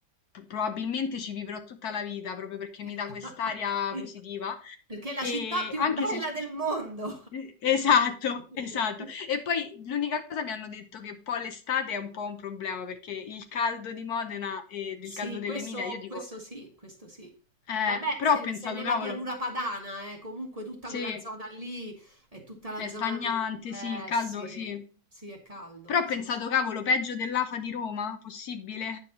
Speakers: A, on the left; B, on the right.
A: p- probabilmente ci vivrò tutta la vita proprio perché mi
B: <laughs>
A: dà quest'aria positiva
B: Perché è la
A: e
B: città più
A: anche
B: bella
A: se
B: del mondo.
A: e- Esatto, <laughs>
B: <laughs>
A: esatto. E poi l'unica cosa mi hanno detto che poi l'estate è un po' un problema perché il caldo di Modena e del
B: Sì,
A: caldo dell'Emilia,
B: questo,
A: io dico,
B: questo sì, questo sì.
A: eh,
B: Vabbè,
A: però
B: se
A: ho pensato,
B: sei nella
A: cavolo,
B: pianura padana, eh, comunque tutta
A: sì,
B: quella zona lì è tutta la
A: è
B: zona
A: stagnante,
B: del... Eh
A: sì, il caldo,
B: sì,
A: sì.
B: sì, è caldo.
A: Però ho
B: Sì,
A: pensato,
B: sì.
A: cavolo, peggio dell'AFA di Roma? Possibile?